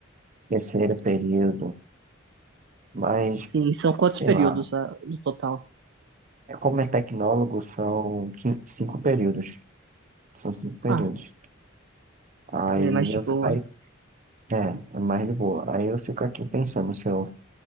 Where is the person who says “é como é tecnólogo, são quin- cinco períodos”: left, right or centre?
Right